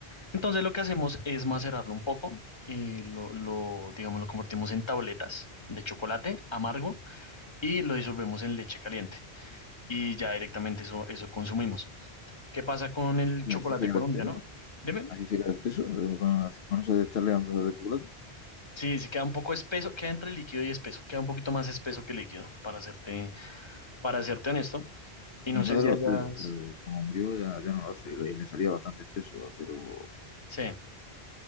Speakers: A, on the left; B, on the left.
A: Entonces lo que hacemos es macerarlo un poco, eh, lo, lo, digamos, lo convertimos en tabletas de chocolate amargo y lo disolvemos en leche caliente y ya directamente eso, eso consumimos. ¿Qué pasa con el
B: ¿y
A: chocolate
B: así se queda
A: colombiano?
B: espeso?
A: Dime.
B: ¿Así se queda espeso? eh, ¿Con, con eso de echarle onzas de chocolate?
A: Sí, sí queda un poco espeso, queda entre líquido y espeso, queda un poquito más espeso que líquido, para serte, para serte honesto. Y no
B: Mi
A: sé
B: madre
A: si hayas...
B: lo hacía, pero como murió ya, ya no lo hace y le y le salía bastante espeso, pero
A: Sí.